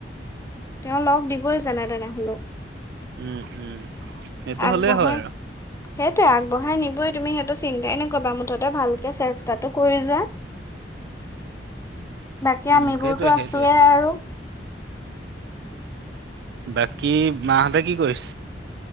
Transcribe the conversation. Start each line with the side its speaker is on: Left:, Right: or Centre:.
Left: তেওঁ লগ দিবই জান তেনে হলেও
Right: উম উম সেইটো
Left: আগবঢ়াই
Right: হ'লেই হয় আৰু
Left: সেইটোৱে আগবঢ়াই নিবই তুমি সেইটো চিন্তাই নকবা মুঠতে ভালকে চেষ্টাটো কৰি যোৱা বাকী
Right: উম
Left: আমিবোৰতো
Right: সেইটোৱে
Left: আছোোৱে
Right: সেইটোৱে
Left: আৰু
Right: বাকী মাহঁতে কি কৰিছে